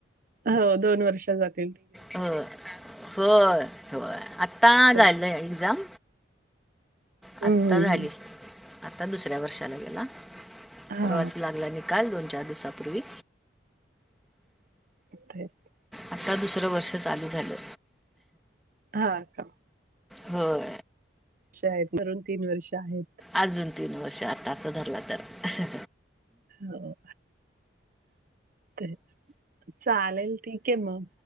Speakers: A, on the right; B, in the centre.
A: हो दोन वर्षा जात
B: ह होय होय. आत्ता झालं
A: तेच.
B: एक्झाम.
A: हम्म
B: आत्ता झाली. आता दुसऱ्या वर्षाला गेला,
A: हा
B: परवाच लागला नि काल. दोन चार दिवसपूर्वी.
A: इथं
B: आता दुसरं वर्ष चालू झालं.
A: हा का
B: होय.
A: शाळेत धरून तीन वर्ष आहेत.
B: अजून तीन वर्ष आताच धरलं तर.
A: हो तेच. चालेल, ठीक आहे म.